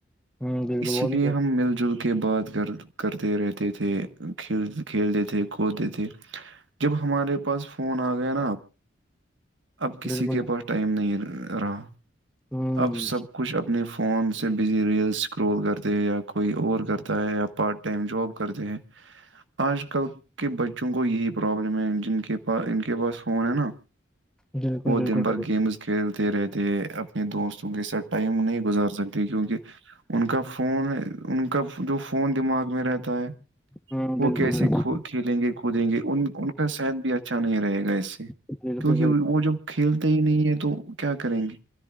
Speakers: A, in the centre; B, on the right.
A: ہ بالکل
B: اسی
A: وہ
B: لیے
A: بھی ہے
B: ہم مل جل کے بات کر کرتے رہتے تھے کھیل کھیلتے تھےکودتے تھے جب ہمارے پاس فون آ گیا نا آپ اب کسی
A: بالکل
B: کے پاس ٹائم نہیں رہا
A: ہ
B: اب سب کچھ اپنے فون سے بزی ریئلس گروتھ کرتے یا کوئی اور کرتا ہے یا پارٹ ٹائم جاب کرتے ہیں آج کل کے بچوں کو یہی پرابلم ہے جن کے پاس ان کے پاس فون ہے نا
A: بالکل
B: وہ
A: بالکل
B: دن بھر
A: بھائی جان،
B: گیمز کھیلتے رہتے اپنے دوستوں کے ساتھ ٹائم نہیں گزار سکتے کیونک ان کا فون ان کا جو فون دماغ میں رہتا ہے
A: ہوں
B: وہ
A: بالکل
B: کیسے
A: بالکل
B: کھیلیں گے دیں گے ان ان کا صحت بھی اچھا نہیں رہے گا اس سے
A: بالکل
B: کیونکہ
A: بالکل
B: وہ جب کھیلتے ہی نہیں ہے تو کیا کریں گے